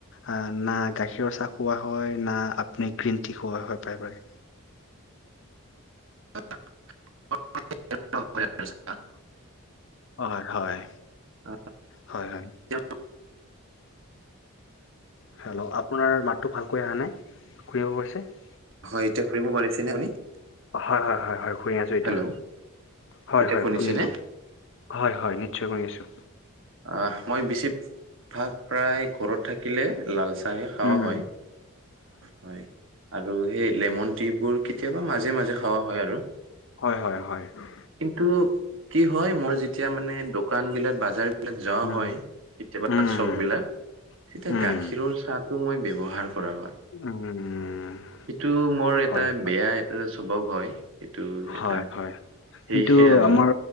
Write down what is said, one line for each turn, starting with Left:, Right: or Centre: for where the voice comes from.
Left: আ না গাখীৰৰ চাহ খোৱা হয়, না আপুনি গ্ৰীণ টি খোৱা হয় প্ৰায়ভাগে।
Right: <unintelligible>
Left: অ', হয়, হয়,
Right: আহ,
Left: হয়, হয়।
Right: এতিয়া
Left: হেল্ল'। আপোনাৰ মাতটো ভালকৈ আহা নাই <unintelligible>
Right: হয়, এতিয়া শুনিব পাৰিছে নে আপুনি?
Left: হয়, হয়, হয়, হয়। শুনি আছো এতিয়া।
Right: হেল্ল',
Left: হয়,
Right: এতিয়া
Left: হয়,
Right: শুনিছেনে?
Left: শুনিলোঁ। হয়, হয়, নিশ্চয় শুনি আছোঁ।
Right: অ', মই বেছিভাগ প্ৰায় ঘৰত থাক কিলে লালচাহে খোৱা
Left: উম
Right: হয়, হয়। আৰু সেই লেমন ট্ৰীবোৰ কেতিয়াবা মাজে মাজে খোৱা হয় আৰু।
Left: হয়, হয়, হয়, উম।
Right: কিন্তু কি হয়, মোৰ যেতিয়া মানে দোকানবিলাক, বাজাৰ বিলাক যোৱা
Left: উম
Right: হয়, কেতিয়াবা
Left: উম
Right: চপ্‌ বিলাক তেতিয়া
Left: উম
Right: গাখীৰৰ চাহটো মই ব্যৱহাৰ কৰা হয়।
Left: উম।
Right: এইটো মোৰ এটা
Left: হয় হয়
Right: বেয়া এটা স্বভাৱ হয়। সেইটো এটা
Left: হয়, হয়।
Right: সেয়েহে
Left: কিন্তু
Right: আৰু
Left: আমাৰ